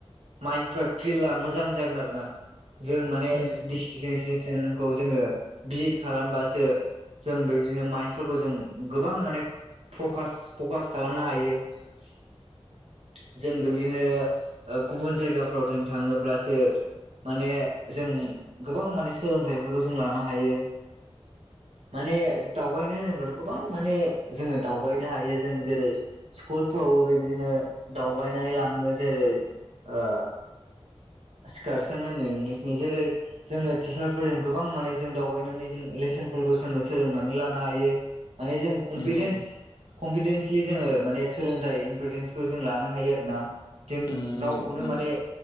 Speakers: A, on the right (about 75°); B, on the left (about 40°).
A: माइन्डफ्रा फिलआ मोजां जागोन आरो ना। जों माने
B: उम
A: डिसटिसियेससनखौ जोङो भिजित खालामबासो जों बेबायदिनो माइन्दफोरखौ जों गोबां माने फ्रकास फकास खालामनो हायो। <inaudible> जों बेबिदिनो ओ गुबुन जायगाफ्राव जों थाङोब्लासो माने जों गोबां माने सोलोंथाइफोरखौ जों लानो हायो। माने दावबायनाय होनोब्लाथ' गोबां माने जोङो दावबायनो हायो जों। जेरै स्कुलफ्रावबो बेबिदिनो दावबायनाय लाङो। जेरै ओ सिखारसोन इंलिसनि जेरै जोङो टिचारफोरजों गोबां माने जों दावबायनानै जों लेस सोन फोरखौ जोङो सोलोंनानै लानो हायो। माने जों कमफिदेन्स
B: नंगौ
A: कनफिदेन्सलि जोङो माने सोलोंथाइ इम्पिटेन्सखौ जों लानो हायो आरो ना।
B: उम
A: जों
B: नंगौ
A: गावखौनो
B: नंगौ
A: माने